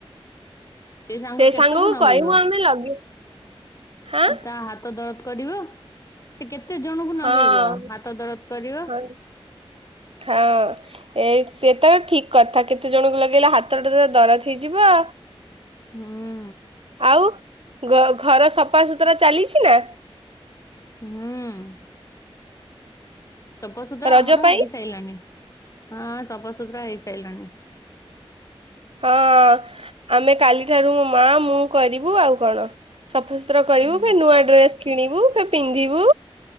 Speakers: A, on the left; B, on the right.
A: ସେ ସାଙ୍ଗ କେତକୁ
B: ସାଙ୍ଗକୁ
A: ନଗେଇବ
B: କହିବୁ ଆମେ ଲଗେଇ ହାଁ
A: ଆଉ ତା ହାତ ଦରଦ୍ କରିବ। ସେ କେତେ ଜଣଙ୍କୁ ନଗେଇବ
B: ହଁ
A: ହାତ ଦରଦ କରିବ।
B: ହଁ ହଁ। ଏ ସେତ ଠିକ୍ କଥା କେତେ ଜଣଙ୍କୁ ଲଗେଇଲେ ହାତଟା ତ ଦରଜ୍ ହେଇଯିବ
A: ହୁଁ।
B: ଆଉ ଗ ଘର ସଫାଶୁତୁରା ଚାଲିଛି ନା?
A: ହୁଁ। ସଫାସୁତୁରା
B: ରଜ
A: ଆମର
B: ପାଇଁ
A: ହେଇସାଇଲାନି ହଁ ସଫାସୁତୁରା ହେଇସାଇଲାଣି।
B: ହଁ ଆମେ କାଲିଠାରୁ ମୋ ମା ମୁଁ କରିବୁ ଆଉ କଣ। ସଫାସୁତୁରା କରିବୁ
A: ହୁଁ।
B: ଫେ ନୂଆ ଡ୍ରେସ କିଣିବୁ ଫେ ପିନ୍ଧିବୁ।